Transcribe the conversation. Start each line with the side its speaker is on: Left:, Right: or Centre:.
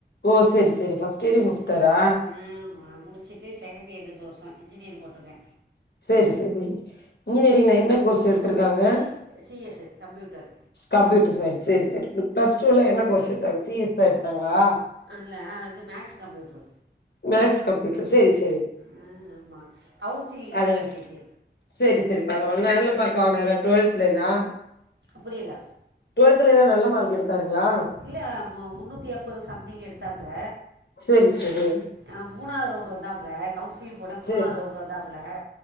Left: ஓ செரி செரி ஃபர்ஸ்ட் இயரே முடிச்சுட்டாரா
Right: ம் ம் ஆ முடிச்சி ட்டு செகண்ட் இயர் இந்த வர்ஷோ இன்ஜினியர் போட்ருக்கே
Left: செரி செரி இன்ஜினியரிங்ல என்ன கோர்ஸ் எடுத்திருக்காங்க
Right: C CS computer
Left: computer science சேரி சேரி பிளஸ் டூல என்ன கோர்ஸ் எடுத்தாங்க சிஎஸ் தா எடுத்தாங்களா
Right: அல்ல ஆ வந்து மேக்ஸ் கம்ப்யூட்ரு
Left: மேக்ஸ் கம்ப்யூட்டர் செரி செரி
Right: ஆ ஆமா கவுன்சிங்ல
Left: அது
Right: தா கெடைச்சிச்சு
Left: செரி செரி பரவாயில்ல நல்ல மார்க் வாங்குனாறா டுவெவல்த்லெல்லா
Right: புரியல
Left: டுவல்த்துல எல்லா நல்ல மார்க் எடுத்தாருங்ளா
Right: இல்ல மு முன்னூத்தி எம்பது சம்திங் எடுத்தாப்புல
Left: செரி செரி
Right: ஆ மூணாவது ரவுண்டு வந்தாப்புல்ல கவுன்சிலிங் போட்ட மூணாவது
Left: செரி
Right: ரவுண்டு
Left: செ
Right: வந்தாப்புல்ல